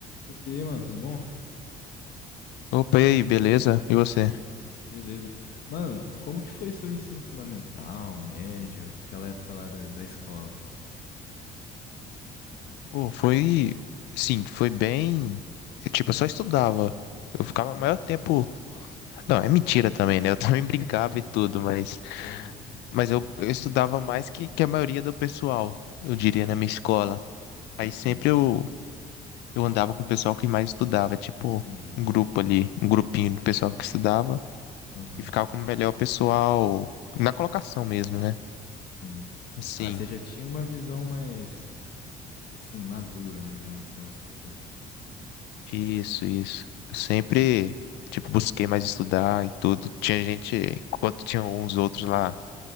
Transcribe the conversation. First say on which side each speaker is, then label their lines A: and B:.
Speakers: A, on the left; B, on the left.
A: Opa, e aí, mano, tudo bom?
B: Opa, e aí, beleza? E você?
A: Beleza. Mano, como que foi seu ensino fundamental, médio, aquela época lá da, da escola?
B: Pô, foi. Sim, foi bem. Eu, Tipo, eu só estudava. Eu ficava
A: Uhum.
B: o maior tempo. Não, é mentira também, né? Eu <laughs> também
A: <laughs>
B: brincava e tudo, mas.
A: Aham,
B: Mas eu, eu estudava mais que, que a maioria do pessoal, eu diria, na minha escola. Aí
A: Bacana,
B: sempre eu, eu andava com o pessoal que mais estudava, tipo,
A: entendi.
B: um grupo ali, um grupinho do pessoal que estudava.
A: Aham,
B: E ficava com o melhor pessoal na colocação mesmo, né?
A: Sim.
B: Assim.
A: Ah, você já tinha uma visão mais, sim, madura, né, em relação aos estudos.
B: Isso, isso. Eu sempre, tipo, busquei mais estudar e tudo. Tinha gente, enquanto tinha uns outros lá,